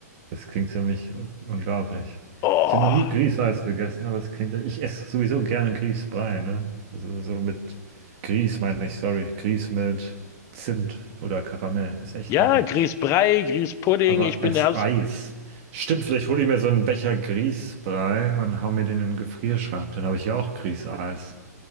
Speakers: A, on the right (about 45°); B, on the left (about 30°).
A: Das klingt ziemlich un- unglaublich.
B: Oh.
A: Ich habe noch nie Grießeis gegessen, aber es klingt, ich esse sowieso gerne Grießbrei, ne? Also so mit Grieß meine ich, sorry, Grieß mit Zimt oder Karamell, ist echt
B: Ja,
A: lecker.
B: Grießbrei, Grießpudding,
A: Aber
B: ich bin
A: als
B: der
A: Eis. Stimmt, vielleicht hole ich mir so einen Becher Grießbrei und hau mir den in den Gefrierschrank, dann habe ich ja auch Grießeis.